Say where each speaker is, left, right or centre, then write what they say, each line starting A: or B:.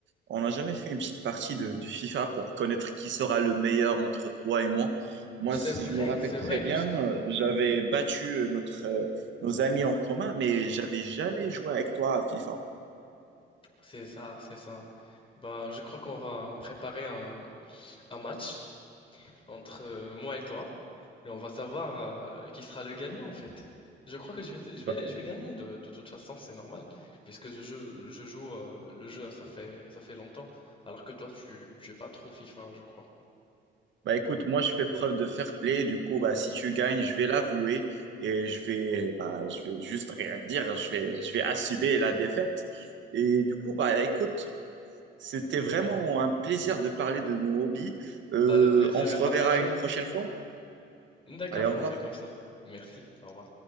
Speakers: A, on the right; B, on the left.
A: on n'a jamais fait une petite partie de, de FIFA pour connaître qui sera le meilleur entre toi et moi. Moi,
B: C'est
A: si
B: vrai,
A: je me rappelle
B: c'est
A: très
B: vrai,
A: bien,
B: puisque
A: euh, j'avais battu euh, notre, euh, nos amis en commun, mais j'avais jamais joué avec toi à FIFA.
B: c'est ça, c'est ça. Bah, je crois qu'on va préparer un, un match. entre euh, moi et toi et on va savoir euh, qui sera le gagnant en fait. Je crois que je vais, je
A: Bah,
B: vais, je vais gagner de, de toute façon, c'est normal, puisque je joue, je joue euh, le jeu, ça fait, ça fait longtemps, alors que toi, tu, tu es pas trop FIFA, je crois.
A: bah, écoute, moi, je fais preuve de fair play. Du coup, bah, si tu gagnes, je vais l'avouer et je vais, bah, je vais juste rien dire. Je vais, je vais assumer la défaite. Et du coup, bah, écoute, C'était vraiment un plaisir de parler de nos hobbies. Euh,
B: Bah, le plaisir
A: on se
B: est
A: reverra
B: partagé,
A: une
B: hein.
A: prochaine fois.
B: D'accord,
A: Allez, au revoir.
B: on fait comme ça. Merci, au revoir.